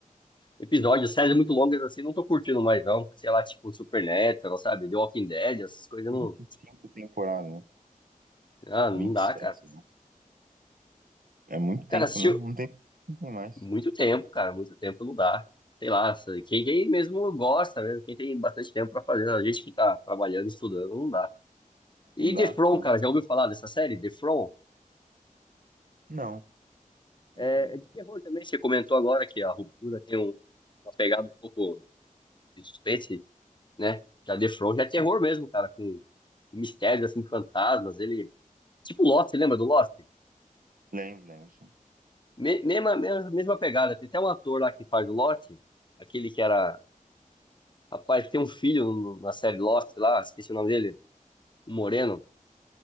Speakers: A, on the left; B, on the right.
A: Episódios, séries muito longas assim, não tô curtindo mais, não. Sei lá, tipo Supernatural, sabe? The Walking Dead, essas coisas
B: 25
A: não.
B: temporadas, né?
A: Ah, não
B: 27,
A: dá, cara.
B: sei lá. É muito
A: Cara,
B: tempo,
A: assistiu
B: né? Não tem, não tem mais.
A: muito tempo, cara. Muito tempo não dá. Sei lá, sabe? quem, quem mesmo gosta, mesmo, quem tem bastante tempo pra fazer, a gente que tá trabalhando, estudando, não dá. E
B: Não
A: The
B: dá,
A: From,
B: né?
A: cara, já ouviu falar dessa série? The From?
B: Não, nunca
A: É,
B: vi.
A: é de terror também, você comentou agora que a ruptura tem um, uma pegada um pouco de suspense, né? Já The Flow já é
B: Sim,
A: terror mesmo, cara, com mistérios, assim, fantasmas, ele... Tipo Lost, você lembra do Lost?
B: lembro, lembro, sim.
A: Me- mesma, mesma, mesma pegada, tem até um ator lá que faz o Lost, aquele que era... Rapaz, que tem um filho no- na série Lost lá, esqueci o nome dele, o Moreno,